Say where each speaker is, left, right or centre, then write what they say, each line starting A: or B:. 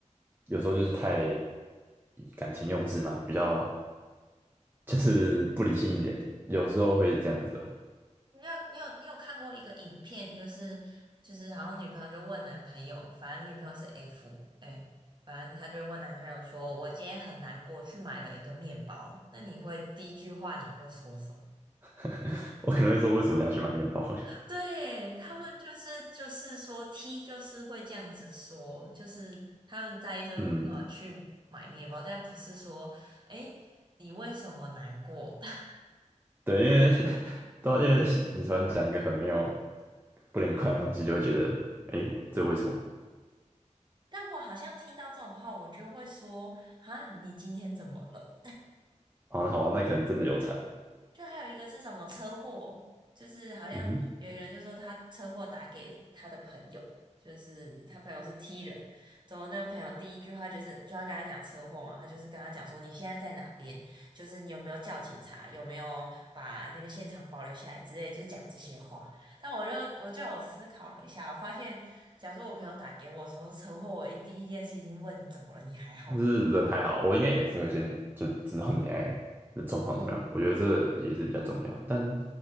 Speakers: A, on the right; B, on the right.
A: 有时候就是太感情用事嘛，比较就是不理性一点，有时候会这样子啊
B: 你有你有你有看过一个影片，就是就是好像女朋友就问男朋友，反正女朋友是 F，哎，反正他就问男朋友说：“我今天很难过，去买了一个面包。”那你会第一句话你会说什么？
A: <laughs> 我可能会说为什么你要去买面包？
B: <laughs> 对，他们就是就是说 T 就是会这样子说，就是他们在意说你为什么去买面包，
A: <laughs> 嗯，
B: 但不是说哎你为什么难过。<laughs>
A: 对，因为 <laughs> 到因为你突然讲一个很没有不连贯的东西，就会觉得，哎，这为什么？
B: 但我好像听到这种话，我就会说：“啊，你今天怎么了？”
A: 好，那好吧，那可能真的有差。
B: 就还有一个是什么车祸，就是好像有一个人就说他车祸打给他的朋友，
A: 嗯哼，
B: 就是他朋友是 T 人，然后那个朋友第一句话就是就要跟他讲车祸嘛，他就是跟他讲说你现在在哪边，就是你有没有叫警察，有没有把那个现场保留下来之类，就是讲这些话。但我就我就有思考了一下，我发现假如说我朋友打给我说车祸，我一第一件事一定问你怎么了，你还好吗？
A: 就是人还好，我应该也是会先就知道你爱的状况怎么样。
B: 嗯，
A: 我觉得这也是比较重要。但